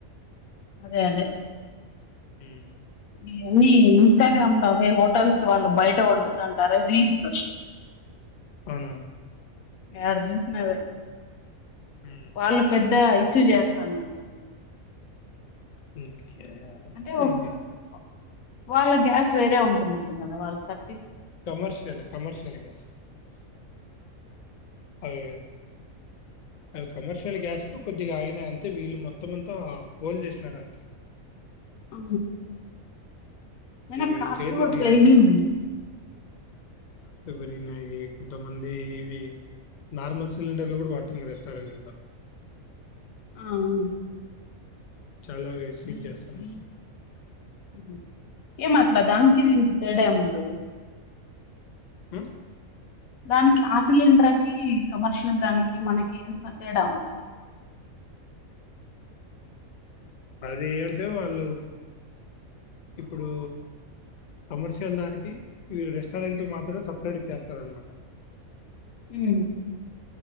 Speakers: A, on the left (about 85°); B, on the left (about 50°).
A: అదే అదే
B: హుం
A: ఇవన్నీ ఇన్స్టాగ్రామ్ లో అవే హోటల్స్ వాళ్ళు బయట వండుతంటారే రీల్స్
B: అవునవును
A: యాడ చూసిన ఆవే
B: మ్మ్.
A: వాళ్ళు పెద్ద ఇష్యూ చేస్తన్నారు దాన్ని
B: ఉమ్ కేయాయ
A: అంటే
B: తెలీదు
A: వాళ్ళ గ్యాస్ వేరే ఉంటుందంట కదా వాళ్ళ త
B: కమర్షియల్ కమర్షియల్ గ్యాస్ కమర్షియల్ అవి అవే కమర్షియల్ గ్యాస్లు కొద్దిగా ఆగినాయి అంతే వీళ్ళు మొత్తంమంతా హోల్ చేసినార అంట
A: ఆ
B: ఇప్పుడు
A: అయిన
B: అవి
A: కాస్ట్
B: స్టేట్లకి
A: కూడ పెరిగింది
B: కాస్ట్లు పెరిగినాయి కొంతమంది ఇవి నార్మల్ సిలిండర్లు కూడ వాడుతున్నారు రెస్టారెంట్ల
A: ఆ ఉ
B: చాల వేస్ట్ ఏ చేస్తనాం
A: ఉహు ఏం అట్లా దన్ కి దీనికి తేడ ఏమి ఉంటది
B: ఆ
A: దానికి ఆ సిలిండర్ కి కమర్షియల్ దానికి మనకి ఎంత తేడా ఉంటది
B: అది ఏంటే వాళ్ళు ఇప్పుడు కమర్షియల్ దానికి రెస్టారెంట్కి మాత్రమే సపరేట్ గ చేస్తారనమాట
A: ఉమ్